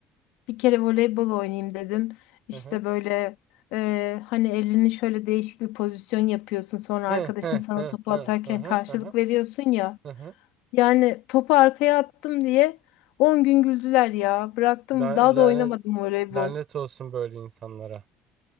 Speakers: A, on the left (about 80°); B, on the right (about 50°).
A: bir kere voleybol oynayayım dedim. İşte
B: Hı hı.
A: böyle e, hani elini şöyle değişik bir pozisyon yapıyorsun. Sonra
B: Hı
A: arkadaşın
B: hı
A: sana
B: hı
A: topu
B: hı hı
A: atarken
B: hı
A: karşılık
B: hı
A: veriyorsun ya.
B: hı hı
A: Yani topu arkaya attım diye 10 gün güldüler ya. Bıraktım
B: Lan-
A: daha
B: Lanet,
A: da oynamadım voleybol.
B: lanet olsun böyle insanlara.